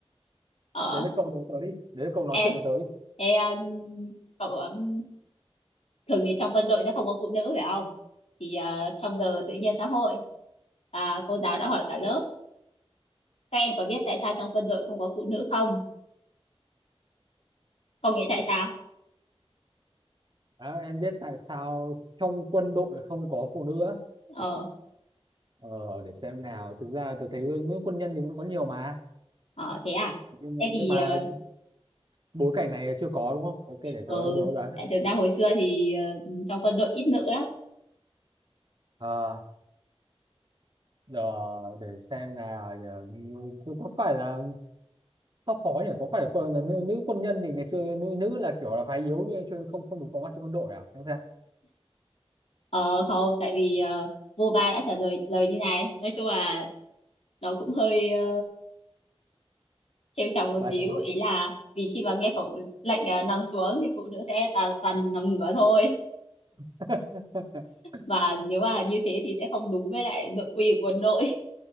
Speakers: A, on the left; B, on the right.
A: ờ
B: đấy là cậu nói tớ đi đấy là cậu nói
A: em
B: chuyện với tớ đi
A: em cậu um, thường thì trong quân đội sẽ không có phụ nữ phải không thì ờ, trong giờ tự nhiên xã hội à, cô giáo đã hỏi cả lớp các em có biết tại sao trong quân đội không có phụ nữ không không nghĩ tại sao
B: Đó, em biết tại sao trong quân đội không có phụ nữ á?
A: ờ
B: ờ, để xem nào thực ra tớ thấy nữ quân nhân thì vẫn có nhiều mà
A: ờ thế à
B: nhưng mà,
A: thế
B: nhưng
A: thì
B: mà
A: ờ
B: bối cảnh này chưa có đúng không ok để
A: ờ,
B: tớ đố đoán được.
A: tại thực ra hồi xưa thì ờ, trong quân đội ít nữ lắm
B: à, ờ, để xem nào nhờ, có phải là sao khó nhỉ có phải là, quân- là nữ, nữ quân nhân thì ngày xưa nữ nữ là kiểu là phái yếu như chưa không không được có mặt trong quân đội à hay sao
A: Ờ không, tại vì ờ, vô ba đã trả lời lời như này. Nói chung là nó cũng hơi ờ, trêu chọc một xíu
B: bà chấm
A: ý là vì khi mà nghe khẩu lệnh ờ, nằm xuống thì phụ nữ sẽ tà, toàn nằm ngửa thôi
B: <laughs>
A: và nếu mà như thế thì sẽ không đúng với lại nội quy của quân đội